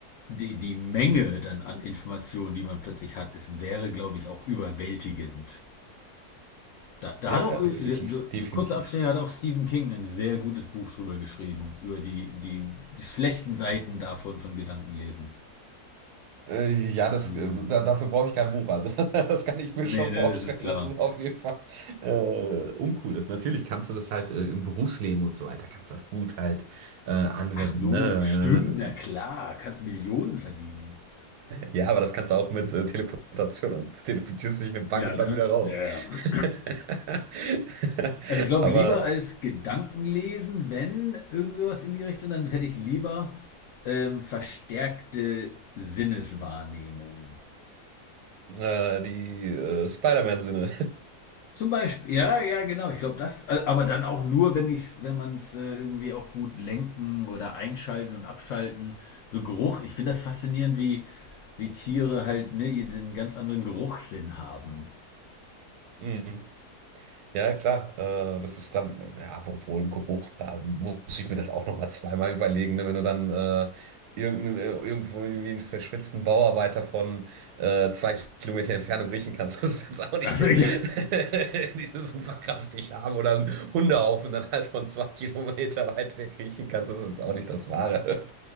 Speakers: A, on the left (about 65°); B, on the right (about 80°).
A: die, die Menge dann an Informationen, die man plötzlich hat, es wäre, glaube ich, auch überwältigend. Da, da
B: Ja,
A: hat auch,
B: ja, definitiv,
A: äh, d- d-
B: definitiv.
A: kurzer Abstecher, hat auch Stephen King ein sehr gutes Buch drüber geschrieben, über die, die schlechten Seiten davon von Gedankenlesen.
B: Äh, ja, das,
A: Hm.
B: äh, da, dafür brauche ich kein Buch. Also <laughs> das kann ich mir
A: Nee,
B: schon
A: ne,
B: vorstellen,
A: das ist klar.
B: dass es auf jeden Fall äh, uncool ist. Natürlich kannst du das halt äh, im Berufsleben und so weiter, kannst du das gut halt äh, anwenden.
A: Ach so,
B: Ne?
A: stimmt, na
B: <laughs>
A: klar, kannst Millionen verdienen.
B: Ja, aber das kannst du auch mit äh, Teleportation. Dann teleportierst du dich in eine Bank
A: Ja,
B: und
A: ne?
B: dann wieder raus.
A: Ja, ja.
B: <laughs>
A: Also ich glaube,
B: Aber
A: lieber als Gedankenlesen, wenn irgend sowas in die Richtung, dann hätte ich lieber ähm, verstärkte Sinneswahrnehmung.
B: äh, die äh, Spider-Man-Sinne.
A: Zum Beispiel, ja, ja, genau. Ich glaube, das, äh, aber dann auch nur, wenn ich's, wenn man es äh, irgendwie auch gut lenken oder einschalten und abschalten. So Geruch, ich finde das faszinierend, wie, wie Tiere halt ne, ihr den ganz anderen Geruchssinn haben.
B: <laughs> Mhm. Ja, klar, äh, das ist dann, ja, obwohl ein Geruch, da muss ich mir das auch nochmal zweimal überlegen, ne, wenn du dann äh, irgendein, äh, irgendwo irgendwie einen verschwitzten Bauarbeiter von äh, zwei Kilometer Entfernung riechen kannst. <laughs> Das ist jetzt auch nicht
A: Also
B: die,
A: ja,
B: <laughs> diese Superkraft, die ich habe, oder einen Hundehaufen dann halt von zwei Kilometer weit weg riechen kannst. Das ist jetzt auch nicht das Wahre.